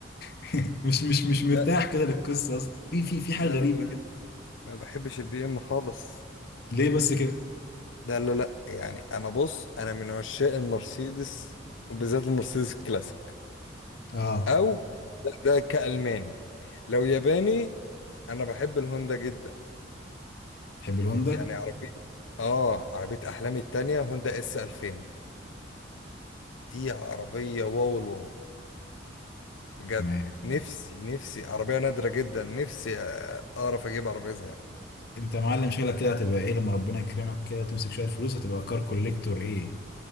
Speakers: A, on the left; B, on the left.
A: <laughs> مش مش مش
B: <laughs>
A: مرتاح
B: لا
A: كده للقصه اصلا في في في حاجه
B: لا
A: غريبه
B: لا
A: كده
B: لا ما بحبش البي ام خالص
A: ليه بس كده
B: لا لا لا يعني انا بص انا من عشاق المرسيدس وبالذات المرسيدس الكلاسيك
A: اه
B: او لا ده كالماني لو ياباني انا بحب الهوندا جدا
A: تحب الهوندا
B: يعني عربيه اه عربيه احلامي التانية هوندا اس 2000 دي عربيه واو الواو بجد
A: تمام
B: نفسي نفسي عربيه نادره جدا نفسي آه، اعرف اجيب عربيه زيها
A: انت يا معلم شغلك كده هتبقى ايه لما ربنا يكرمك كده وتمسك شويه فلوس هتبقى كار كوليكتور ايه